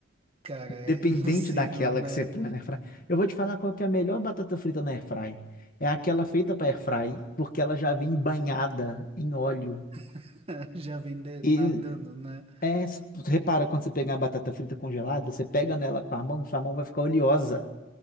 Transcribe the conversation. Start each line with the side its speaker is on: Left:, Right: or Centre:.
Right: Cara, é
Left: Independente
Right: <laughs> impossível,
Left: daquela
Right: né?
Left: que você põe na Airfry. Eu vou te falar qual que é a melhor batata frita na Airfry. É aquela feita para Airfry, porque ela já vem banhada em óleo.
Right: <laughs> Já vem de-
Left: E
Right: nadando, né?
Left: é, repara quando você pegar a batata frita congelada, você pega nela com a mão, sua mão vai ficar oleosa.